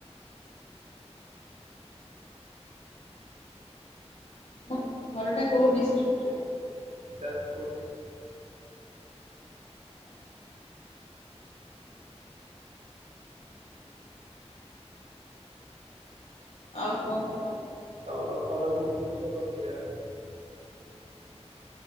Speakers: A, on the left; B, on the right.
A: ତୋମ ଘର ଟା କୋଉ ଡିଷ୍ଟ୍ରିକ୍ଟ ରେ?
B: ଯାଜପୁର।
A: ଆଚ୍ଛା। ଆଉ କଣ କୁହ?
B: ତୋମର ଘର ଭୁବନେଶ୍ୱର ର କୋଉ ଜାଗା?